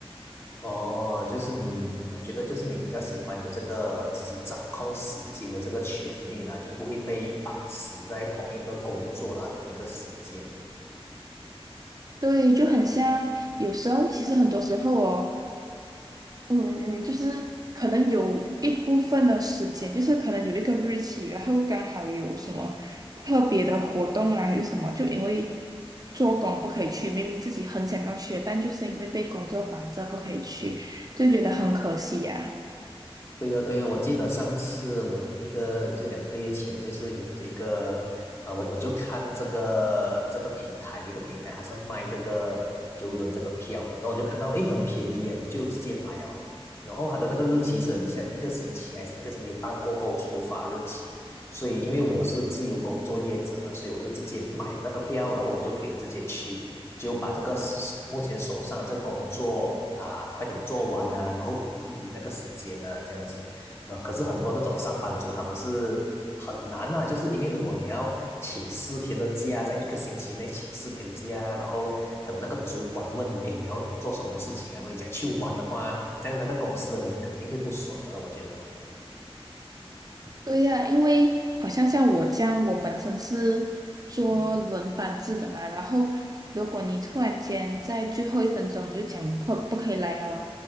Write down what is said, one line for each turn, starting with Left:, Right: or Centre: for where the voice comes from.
Left: 哦，就是你，我觉得就是你比较喜欢有这个自己掌控时间的这个权利啦，就不会被绑死在同一个工作啦，同一个时间。
Right: 对，就很像有时候，其实很多时候哦，嗯，嗯，就是可能有一部分的时间，就是可能有一个日期，然后刚好有什么特别的活动啊，还是什么，就因为做工不可以去，明明自己很想要去的，但就是因为被工作绑着不可以去，就觉得很可惜呀、
Left: 对呀，对呀，我记得上次我有一个，就两个月前，就是有这个，啊，我我就看这个这个平台，有一个平台还是卖这个邮轮这个票的，然后我就看到，诶，很便宜耶，我就直接买了。然后它的那个日期是很像一个星期还是一个星期半过后出发日期，所以因为我是自由工作业者嘛，所以我就直接买了那个票，然后我就可以直接去。就把这个目前手上的这个工作啊、快点做完啊，然后移移那个时间啊，这样子。那可是很多那种上班族，他们是很难啊，就是因为如果你要请四天的假，在一个星期内请四天假，然后可能那个主管问你，哎，你要做什么事情啊？那你讲去玩的话，这样那个公司的人肯定会不爽的了，我觉得。
Right: 对呀，因为好像像我这样，我本身是做轮班制的嘛，然后如果你突然间在最后一分钟你就讲你不不可以来了啊，